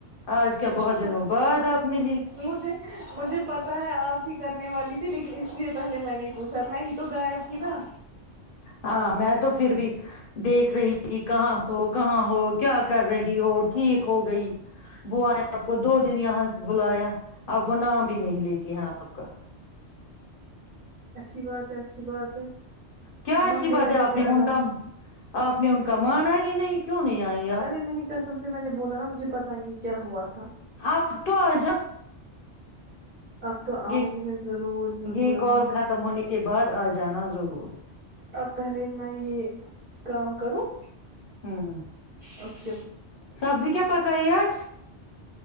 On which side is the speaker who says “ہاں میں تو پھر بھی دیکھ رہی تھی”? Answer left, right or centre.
Left